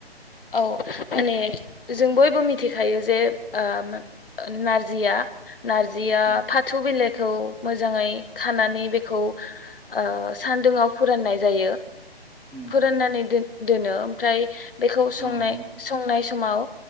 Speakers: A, on the left (about 60°); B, in the centre.
A: औ माने जों बयबो मिथिखायो जे ओ नारजिया नारजिया
B: औ
A: फाथो बिलाइखौ मोजाङै खानानै बेखौ ओ सान्दुंआव फोराननाय जायो
B: उम
A: फोराननानै दोनो ओमफ्राय बेखौ संनाय
B: औ नंगौ।
A: संनाय समाव